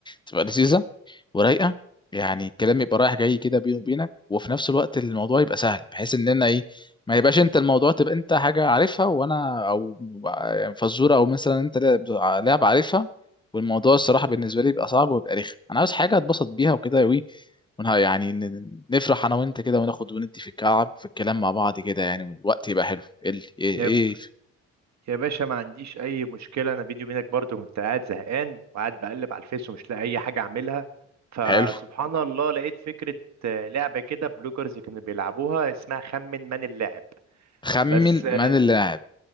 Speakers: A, on the left; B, on the right.
A: تبقى لذيذه ورايقه يعني الكلام يبقى رايح جاي كده بيني وبينك وفي نفس الوقت الموضوع يبقى سهل بحيث اننا ايه ما يبقاش انت الموضوع تبقى انت حاجة عارفها وانا او يعني فزورة او مثلا انت لاعب لاعب عارفها والموضوع الصراحة بالنسبة لي بيبقى صعب ويبقى رخم انا عاوز حاجة اتبسط بيها وكده وي ونها يعني ن- ن- نفرح انا وانت كده وناخد وندي في الكعب في الكلام مع بعض كده يعني والوقت يبقى حلو ايه ال- ايه
B: يا
A: ايه
B: ب... يا باشا ما عنديش اي مشكله انا بيني وبينك برضو كنت قاعد زهقان وقاعد بقلب على الفيس ومش لاقي اي حاجه اعملها فسبحان
A: حلو
B: الله لقيت فكره آه، لعبه كده بلوجرز كانوا بيلعبوها اسمها خمن من اللاعب
A: خمن
B: بس آه،
A: من اللاعب